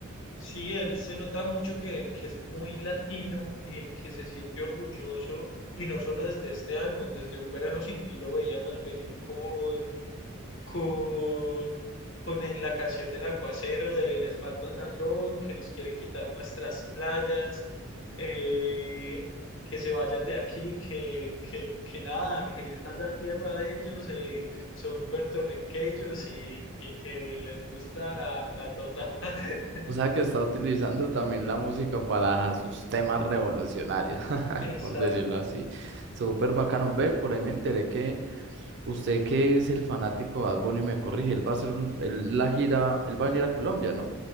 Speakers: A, on the left; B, on the right.
A: Sí, él se nota mucho que, que es muy latino, y que se siente orgulloso, y no solo desde este álbum, desde Un Verano Sin Ti lo veíamos venir con, con, con el- la canción del aguacero, de Les falta sazón, que nos quiere quitar nuestras playas, eh, que se vayan de aquí, que, que, que nada, que esa es la tierra de ellos, eh, son puertorriqueños y, y que les gusta la, la tota. <laughs>
B: O sea que está utilizando también la música para sus temas revolucionarios, <laughs>
A: Exacto.
B: por decirlo así. Súper bacano. Ve, por ahí me enteré que usted que es el fanático de Bad Bunny me corrige, él va a hacer un- él- la gira, él va a venir a Colombia, ¿no?